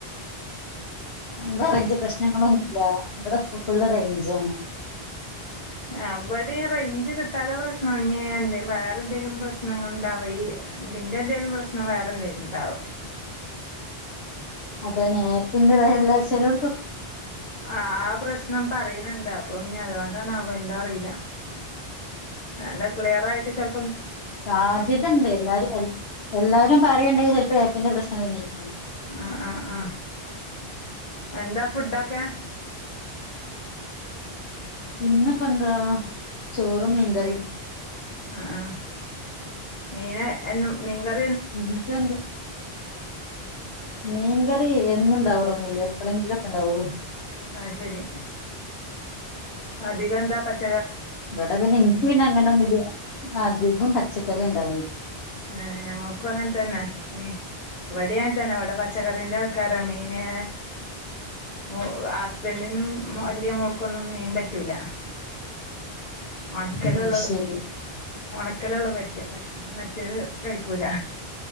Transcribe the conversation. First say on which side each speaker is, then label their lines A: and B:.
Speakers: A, on the left; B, on the left.
A: ഇവിടെ റെയിഞ്ച് പ്രശ്നങ്ങളൊന്നുമില്ല ഇവിടെ ഫുൾ റേഞ്ച് ആണ്
B: അ ഇവിടെ റേഞ്ച് കിട്ടാതെ പ്രശ്നന്ത വേറെ എന്തെങ്കിലും പ്രശ്നങ്ങൾ ഇണ്ടാവയി ഏ തിന്റെ എന്തേലും പ്രശ്നം വേറെ എന്തേലും ഉണ്ടാവോ
A: അതന്നെ ആപിന്റെ വേ <unintelligible>
B: ആ ആ പ്രശ്നം പറയുന്നുണ്ടാ അപ്പൊ ഇനി അതുകൊണ്ടാണൊ എന്താ അറിയില്ല നല്ല ക്ലിയർ ആയിട്ട് ചെല
A: സാധ്യതണ്ട് എല്ലാരും എല്ലാരും പറയണ്ടെൽ ചിലപ്പോ ഏപ്പിന്റെ പ്രശ്നം തന്നെ ആരിക്കും
B: ആ ആ ആ എന്താ ഫുഡൊക്കെ
A: ഇന്നപ്പ എന്താ ചോറും മീൻകറിയും
B: ആ ആ മീന എന്നും മീൻ ക
A: നിങ്ങൾക്ക് എന്ത് മീൻകറി എന്നുണ്ടാവുല്ലന്നല്ല എപ്പളെങ്കിലും ഒക്കെ ഉണ്ടാവുള്ളൂ
B: ആ ശരി അധികന്താ പച്ച
A: ഇവിടെ പിന്നെ ഇൻക്ക് പിന്നെ അങ്ങന ഒന്നുമില്ല അധികം പച്ചക്കറി ഉണ്ടാവ
B: ആ ഞങ്ങൾക്കും അങ്ങനെ തന്നെ മീ ഇവിടെ യങ്ങനെതന്നെ ഇവിടെ പച്ചക്കറിന്റെ ആൾക്കാരാ മീ പിന്നെ <unintelligible> ഹസ്ബൻഡിനും വലിയ മോൾക്കൊന്നും മീൻ പറ്റൂലാ ഒണക്കലള്ളു
A: ഏഹ് ശരി
B: ഒണക്കലള്ളൂ പറ്റ പ മറ്റേത് കഴിക്കൂല